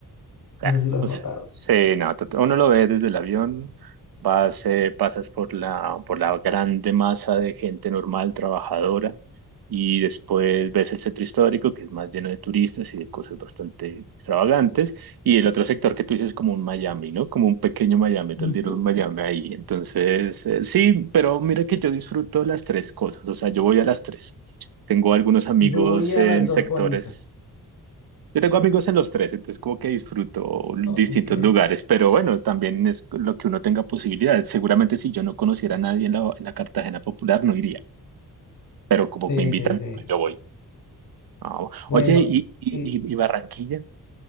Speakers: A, on the right (about 80°); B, on the left (about 60°).
A: Ah,
B: No sé si lo has
A: O
B: notado.
A: sea, sí, no, tot- uno lo ve desde el avión, vas, eh, pasas por la, por la grande masa de gente normal, trabajadora, y después ves el centro histórico, que es más lleno de turistas y de cosas bastante extravagantes, y el otro sector que tú dices es como un Miami, ¿no? Como un pequeño Miami, tal
B: Ujú.
A: día un Miami ahí. Entonces, eh, sí, pero mira que yo disfruto las tres cosas, o sea, yo voy a las tres. Tengo algunos amigos
B: Yo voy a
A: en
B: las dos
A: sectores.
B: bonitas.
A: Yo tengo amigos en los tres, entonces como que disfruto distintos
B: Ok,
A: lugares, pero bueno, también es lo que uno tenga posibilidades. Seguramente si yo no conociera a nadie en la, en la Cartagena Popular no iría, pero como
B: sí,
A: me invitan,
B: sí, sí.
A: pues yo voy. Ah,
B: Bueno,
A: oye, ¿y, y, y-
B: y,
A: y Barranquilla?